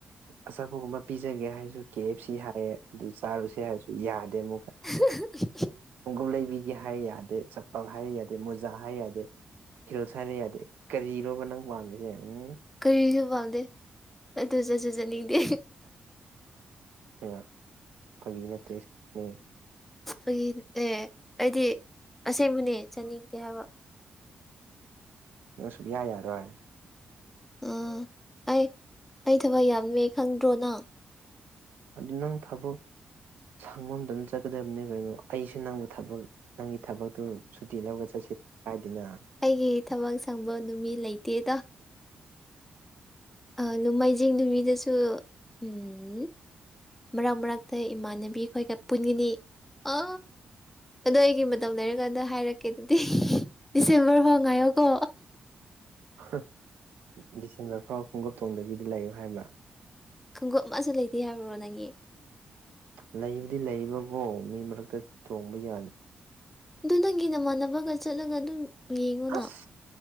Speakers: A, on the right; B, in the centre.
A: ꯑꯆꯥꯄꯣꯠ ꯀꯨꯝꯕꯥ ꯄꯤꯖꯒꯦ ꯍꯥꯏꯔꯁꯨ ꯀꯦ ꯑꯦꯐ ꯁꯤ ꯍꯥꯏꯌꯦ ꯑꯗꯨ ꯆꯥꯔꯨꯁꯦ ꯍꯥꯏꯔꯁꯨ ꯌꯥꯗꯦ ꯑꯃꯨꯛꯀ
B: ꯎ
A: ꯈꯣꯡꯒꯝ ꯂꯩꯕꯤꯒꯤ ꯍꯥꯏꯔ ꯌꯥꯗꯦ ꯆꯄꯜ ꯍꯥꯏꯔ ꯌꯥꯗꯦ ꯃꯣꯖꯥ ꯍꯥꯏꯔ ꯌꯥꯗꯦ ꯍꯤꯜꯁ ꯍꯥꯏꯔꯤ ꯌꯥꯗꯦ ꯀꯔꯤꯔꯣꯕ ꯅꯪ ꯄꯥꯝꯃꯤꯁꯦ ꯎꯝ
B: ꯀꯔꯤꯁꯨ ꯄꯥꯎꯝꯗꯦ ꯑꯗꯨ ꯆꯠꯁꯨ ꯆꯠꯅꯤꯡꯗꯦ
A: ꯑꯌꯥꯝ ꯐꯒꯤ ꯅꯠꯇꯦ ꯁꯤꯅꯦ
B: ꯑꯩꯒꯤ ꯑꯦ ꯑꯩꯗꯤ ꯑꯁꯦꯡꯕꯅꯦ ꯆꯥꯅꯤꯡꯗꯦ ꯍꯥꯏꯕ
A: ꯅꯪ ꯁꯨꯛꯌꯥ ꯌꯥꯔꯣꯏ
B: ꯑꯥ ꯑꯩ ꯑꯩ ꯊꯕꯛ ꯌꯥꯝꯃꯦ ꯈꯪꯗ꯭ꯔꯣꯅ
A: ꯑꯗꯨ ꯅꯪ ꯊꯕꯛ ꯁꯪꯐꯝꯝꯗ ꯑꯗꯨꯝ ꯆꯠꯀꯗꯕꯅꯤ ꯀꯩꯅꯣ ꯑꯩꯁꯨ ꯅꯪꯕꯨ ꯊꯕꯛ ꯅꯪꯒꯤ ꯊꯕꯛꯇꯨ ꯁꯨꯇꯤ ꯂꯧꯒ ꯆꯠꯁꯤ ꯍꯥꯏꯗꯅ
B: ꯑꯩꯒꯤ ꯊꯕꯛ ꯁꯪꯕ ꯅꯨꯃꯤꯠ ꯂꯩꯇꯦꯗ ꯑꯥ ꯅꯣꯃꯥꯏꯖꯤꯡ ꯅꯨꯃꯤꯗꯁꯨ ꯎꯝ ꯃꯔꯛ ꯃꯔꯛꯇ ꯏꯃꯥꯟꯅꯕꯤꯈꯣꯏꯒ ꯄꯨꯟꯒꯅꯤ ꯑ ꯑꯗꯣ ꯑꯩꯒꯤ ꯃꯇꯝ ꯂꯩꯔꯀꯥꯟꯗ ꯍꯥꯏꯔꯛꯀꯦ ꯑꯗꯨꯗꯤ ꯗꯤꯁꯦꯝꯕꯔ ꯐꯥꯎ ꯉꯥꯏꯌꯣꯀꯣ
A: ꯍꯥ ꯗꯤꯁꯦꯝꯕꯔ ꯐꯥꯎ ꯈꯣꯡꯎꯞ ꯇꯣꯡꯗꯕꯤꯗ ꯂꯩꯌꯨ ꯍꯥꯏꯕꯔꯥ
B: ꯈꯣꯡꯒꯨꯞ ꯑꯃꯁꯨ ꯂꯩꯇꯦ ꯍꯥꯏꯕ꯭ꯔꯣ ꯅꯪꯒꯤ
A: ꯂꯩꯕꯗꯤ ꯂꯩꯕꯀꯣ ꯃꯤ ꯃꯔꯛꯇ ꯇꯣꯡꯕ ꯌꯥꯗ
B: ꯗꯨ ꯅꯪꯒꯤ ꯅꯃꯥꯟꯅꯕꯒ ꯆꯠꯂꯒ ꯑꯗꯨꯝ ꯌꯦꯡꯉꯨꯅ
A: ꯑꯁ